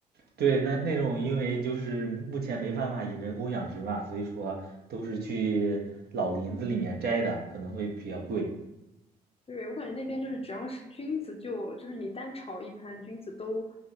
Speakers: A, on the right; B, on the left.
A: 对，那那种因为就是目前没办法以人工养殖嘛，所以说都是去老林子里面摘的，可能会比较贵。
B: 对，我感觉那边就是只要是菌子就就是你单炒一盘菌子都